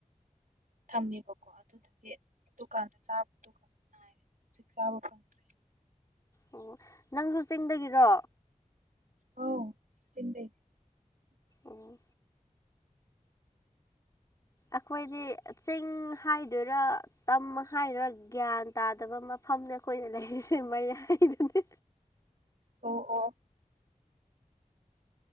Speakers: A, on the right; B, on the left.
A: ꯊꯝꯃꯦꯕꯀꯣ ꯑꯗꯨꯗꯨꯗꯤ ꯗꯨꯀꯥꯟꯗ ꯆꯥꯕ ꯗꯨꯈꯛ ꯉꯥꯏꯔꯦ ꯍꯧꯖꯤꯛ ꯆꯥꯕ ꯐꯪꯗ
B: ꯑꯣ ꯅꯪꯁꯨ ꯆꯤꯡꯗꯒꯤꯔꯣ꯫
A: ꯑꯧ ꯄꯤꯟꯗꯩ꯫
B: ꯑꯣ ꯑꯩꯈꯣꯏꯗꯤ ꯆꯤꯡ ꯍꯥꯏꯗꯣꯏꯔꯥ꯫ ꯇꯝ ꯍꯥꯏꯔ ꯒ꯭ꯌꯥꯟ ꯇꯥꯗꯕ ꯃꯐꯝꯅꯦ ꯑꯩꯈꯣꯏꯅ ꯂꯩꯔꯤꯁꯦ ꯃꯌꯥꯏꯗꯅꯦ꯫
A: ꯑꯣ ꯑꯣ